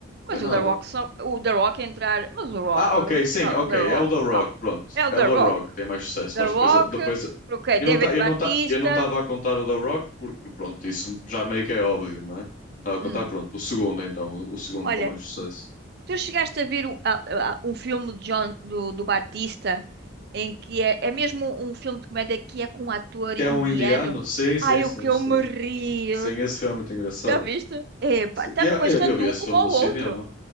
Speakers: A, on the left; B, on the right.
A: Tem
B: mas
A: nada.
B: o The Rock só. O The Rock é entrar. Mas o Rock.
A: Ah, ok,
B: eh,
A: sim,
B: Ah,
A: ok,
B: o The
A: é
B: Rock.
A: o The Rock,
B: Ah,
A: pronto.
B: é o
A: É
B: The
A: o The
B: Rock.
A: Rock, tem mais sucesso,
B: The
A: mas
B: Rock.
A: depois, depois
B: Ok,
A: eu
B: David
A: não tá, eu
B: Batista.
A: não tá, eu não estava a contar o The Rock porque, pronto, isso já meio que é óbvio, não é? Estava a contar,
B: Hum.
A: pronto, o segundo então, o segundo
B: Olha,
A: com mais sucesso.
B: tu chegaste a ver um, a- a- um filme do, John, do, do Batista em que é, é mesmo um filme de comédia que é com um ator
A: Que
B: indiano.
A: é um indiano? Sim, sim,
B: Ai,
A: sim,
B: o que eu
A: sim.
B: me ri.
A: Sim, esse filme é muito engraçado.
B: Já viste? Epa,
A: Sim,
B: tá-
A: Eu, eu,
B: mas tanto
A: eu vi esse
B: um como
A: filme
B: o
A: no cinema.
B: outro.